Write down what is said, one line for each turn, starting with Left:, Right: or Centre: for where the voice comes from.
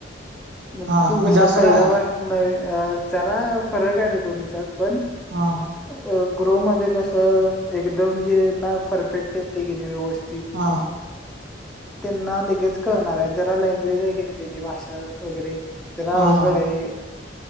Centre: मग
Right: हा
Centre: तू
Right: म्हणजे
Centre: कसं
Right: असं
Centre: पहिलवासन
Right: काय
Centre: अ जरा फरक आहे रे दोन्हीच्यात. पण
Right: हा
Centre: अ ग्रो मध्ये कसं एकदम जे ना परफेक्ट येत ते की नाही व्यवस्थित
Right: हा.
Centre: त्यांना लगेच कळणाराय, जरा लँग्वेज आहे कणी त्याची भाषा वगैरे जरा
Right: हा
Centre: अव
Right: हा
Centre: गड आहे.